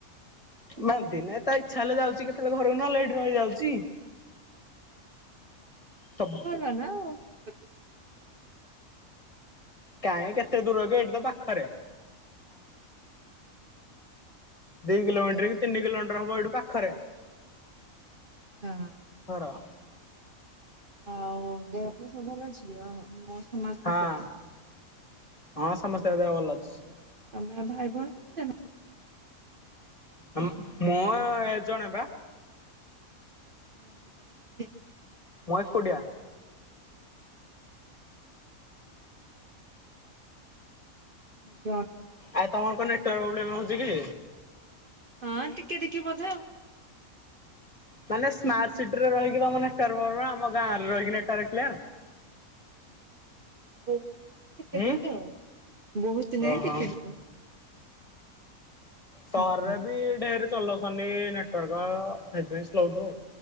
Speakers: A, on the left; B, on the right.
A: ବାନ୍ଧି ନାଇଁ ତା ଇଚ୍ଛା ହେଲେ ଯାଉଛି କେତେବେଳେ ଘରକୁ ନହେଲେ ଏଇଠି ରହିଯାଉଛି ସମ
B: କଲ ନା ଆଉ କିଛି କଥା ନାହିଁ।
A: କାହିଁ କେତେ ଦୂର ଯେ ଏଇଠି ତ ପାଖରେ
B: ହଁ
A: ଦି କିଲୋମିଟର କି ତିନି କିଲୋମିଟର ହବ ଏଇଠୁ ପାଖରେ
B: ହଁ
A: ଫର
B: ଆଉ ଦେହ ପା ସବୁ ଭଲ ଅଛି ଅ ମଉସା ମାଉସୀ
A: ହଁ
B: ଙ୍କର
A: ହଁ ସମସ୍ତ ଙ୍କ ଦେହ ଭଲ ଅଛି
B: ତମେ ଭାଇ ଭଉଣୀ କେତେ ଜଣ?
A: ମ୍ ମୁଁ ଜଣେ ବା
B: ଓ ହୋ <unintelligible>
A: ମହେଶ କଟିଆ
B: ହ ଓ <inaudible> <inaudible>
A: ଆ ତମର କଣ ନେଟାର୍ ପ୍ରୋବ୍ଲେମ ହଉଛି କି
B: ହଁ ଟିକେ ଟିକି ବୋଧେ ଆଉ
A: ମାନେ ସ୍ମାର୍ଟ ସିଟିରେ ରହିି ତମ ନେଟର୍ ପରବମ ଆମ ଗାଁରେ ରହିକି ନେଟାର୍କ <unintelligible>
B: ବହୁତ ଟିକେ
A: ହୁଁ
B: ଟିକେ ଆଉ ବହୁତ ନାହିଁ
A: ଓହୋ
B: ଟିକେ ଟିକେ ହୁଁ।
A: ତାର ରେ ବି ଢେର ଚଲଉଛନ୍ତି ନେଟୱାର୍କ ସେଥିପାଇଁ ସ୍ଲୋୁ ଆଉ